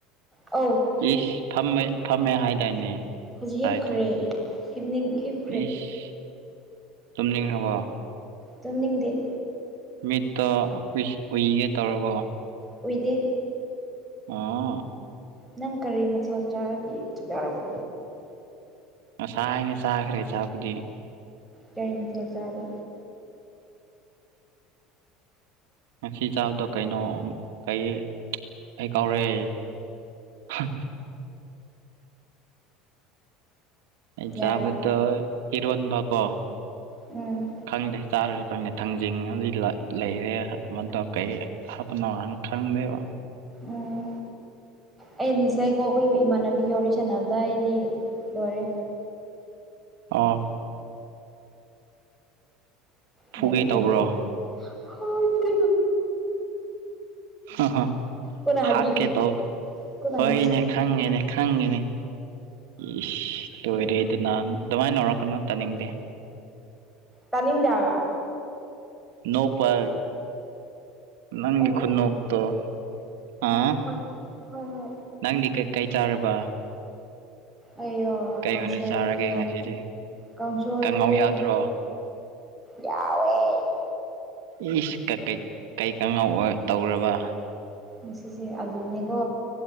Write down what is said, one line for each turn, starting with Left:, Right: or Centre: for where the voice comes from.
Centre: ꯑꯧ
Right: ꯏꯁ ꯐꯝꯃꯦ ꯐꯝꯃꯦ ꯍꯥꯏꯗꯥꯏꯅꯦ ꯉꯁꯥꯏꯗꯣ
Centre: ꯍꯧꯖꯤꯛ ꯍꯤꯞꯈꯔꯦ ꯍꯤꯞꯅꯤꯡ ꯍꯤꯞ
Right: ꯏꯁ ꯇꯨꯝꯅꯤꯡꯉꯕꯣ
Centre: ꯇꯨꯝꯅꯤꯡꯗꯦ
Right: ꯃꯤꯠꯇꯣ ꯎꯏꯒꯦ ꯇꯧꯔꯕꯣ
Centre: ꯑꯣꯏꯗꯦ
Right: ꯑꯥ
Centre: ꯅꯪ ꯀꯔꯤ ꯃꯊꯦꯜ ꯆꯥꯔꯒꯦ ꯆꯛꯆꯥꯔꯕꯣ
Right: ꯉꯁꯥꯏꯅ ꯆꯥꯈ꯭ꯔꯦ ꯆꯥꯛꯄꯨꯗꯤ
Centre: ꯀꯩ ꯃꯊꯦꯜ ꯆꯔꯦ
Right: ꯉꯁꯤ ꯆꯥꯕꯗꯣ ꯀꯩꯅꯣꯛ ꯀꯩ ꯑꯩ ꯀꯥꯎꯔꯛꯑꯦ ꯍꯥ ꯑꯩ ꯆꯥꯕꯗꯣ
Centre: ꯌꯥꯔꯦ
Right: ꯏꯔꯣꯟꯕꯀꯣ
Centre: ꯎꯝ
Right: ꯈꯪꯗꯦ ꯆꯥꯔꯒ ꯈꯪꯅꯤ ꯊꯥꯡꯖꯤꯡ ꯑꯗꯨ ꯂꯩꯔꯦ ꯑꯃꯗꯣ ꯀꯩ ꯍꯥꯞꯅ ꯋꯥꯥꯟ ꯈꯪꯗꯦꯕ
Centre: ꯎꯝ ꯑꯩ ꯅꯁꯥꯏ ꯀꯣ ꯑꯩꯈꯣꯏ ꯏꯃꯥꯟꯅꯕꯤꯒ ꯋꯥꯔꯤ ꯁꯥꯟꯅꯕꯗ ꯑꯩꯗꯤ ꯂꯣꯏꯔꯦ
Right: ꯑꯣ ꯐꯨꯒꯦ
Centre: ꯅꯔꯦꯀꯣꯅꯍ
Right: ꯇꯧꯕ꯭ꯔꯣ
Centre: ꯍ ꯆ
Right: ꯑ
Centre: ꯀꯣꯟꯅ ꯍꯥꯏꯕꯤꯒꯦ
Right: ꯍꯥꯠꯀꯦ ꯇꯧ
Centre: ꯀꯣꯟꯅ
Right: ꯍꯣꯏꯅꯦ
Centre: ꯍꯥꯏꯕꯤꯒꯦ
Right: ꯈꯪꯉꯦꯅꯦ ꯈꯪꯉꯦꯅꯦ ꯏꯁ ꯂꯣꯏꯔꯦꯗꯅ ꯑꯗꯨꯃꯥꯏꯅ ꯅꯥꯎꯔꯛꯀꯅꯨ ꯇꯥꯅꯤꯡꯗꯦ
Centre: ꯇꯥꯅꯤꯡꯗꯕ
Right: ꯅꯣꯛꯄ ꯅꯪꯒꯤ
Centre: ꯑꯣ
Right: ꯈꯨꯅꯣꯛꯇꯣ
Centre: ꯍꯣꯏ
Right: ꯑꯥ
Centre: ꯍꯣꯏ ꯍꯣꯏ
Right: ꯅꯪꯗꯤ ꯀꯩꯀꯩ ꯆꯥꯔꯕ
Centre: ꯑꯩꯔꯣ
Right: ꯀꯩ
Centre: ꯀꯥꯡꯁꯣꯏꯅꯦ
Right: ꯑꯣꯏꯅ ꯆꯥꯔꯒꯦ ꯉꯁꯤꯗꯤ
Centre: ꯀꯥꯡꯁꯣꯏꯅꯦ
Right: ꯀꯥꯡꯉꯧ ꯌꯥꯎꯗ꯭ꯔꯣ
Centre: ꯌꯥꯎ ꯋꯦ
Right: ꯏꯁ ꯀꯩ ꯀꯥꯉꯥꯎ ꯇꯧꯔꯕ
Centre: ꯉꯁꯤꯁꯦ ꯑꯂꯨꯅꯦꯀꯣ